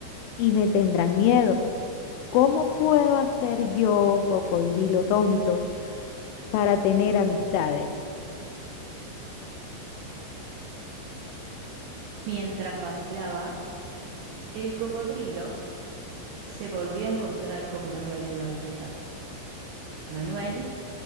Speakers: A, on the left; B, on the right.
A: y me tendrán miedo. ¿Cómo puedo hacer yo, cocodrilo tonto, para tener amistades?
B: Mientras vacilaba, El cocodrilo se volvió a encontrar con Manuel en la orilla. Manuel